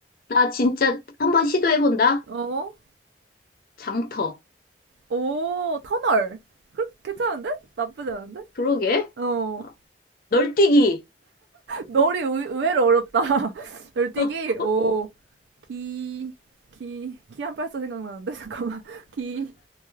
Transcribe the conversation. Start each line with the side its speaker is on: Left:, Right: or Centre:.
Left: 나 진짜 한번 시도해본다.
Right: 어.
Left: 장터.
Right: 오, 터널. 그, 괜찮은데? 나쁘지 않은데?
Left: 그러게.
Right: 어.
Left: 어, 널뛰기.
Right: 널이 의, 의외로 어렵다. <laughs> 널뛰기.
Left: <laughs>
Right: 오. 기, 기, 기안팔사 생각나는데 <laughs> 잠깐만. 기,